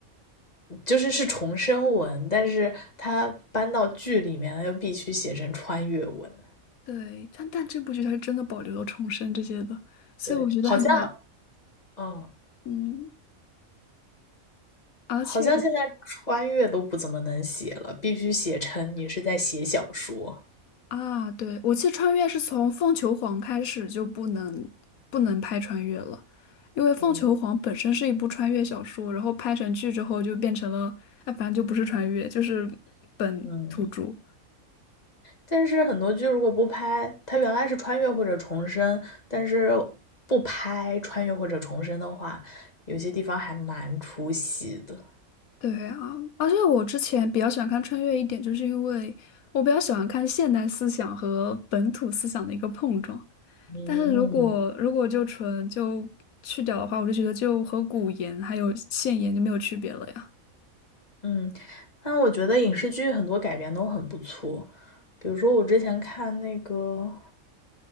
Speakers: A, on the left; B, on the left.
A: 就是是重生文，但是它搬到剧里面，它又必须写成穿越文。
B: <laughs> 对，但但这部剧它是真的保留了重生这些的，所以我觉得还蛮
A: 对，好像，嗯，
B: 嗯，而且。
A: 好像现在穿越都不怎么能写了，必须写成你是在写小说。
B: 啊，对，我记得穿越是从凤求凰开始就不能不能拍穿越了，因为凤求凰本身是一部穿越小说，
A: 嗯
B: 然后拍成剧之后就变成了，哎，反正就不是穿越，就是本土著。
A: 嗯。但是很多剧如果不拍，它原来是穿越或者重生，但是不拍穿越或者重生的话，有些地方还蛮出戏的。
B: 对啊，而且我之前比较喜欢看穿越一点，就是因为我比较喜欢看现代思想和本土思想的一个碰撞。
A: 嗯，
B: 但是如嗯果如果就纯就去掉的话，我就觉得就和古言还有现言就没有区别了呀。
A: 嗯，那我觉得影视剧很多改编都很不错，比如说我之前看那个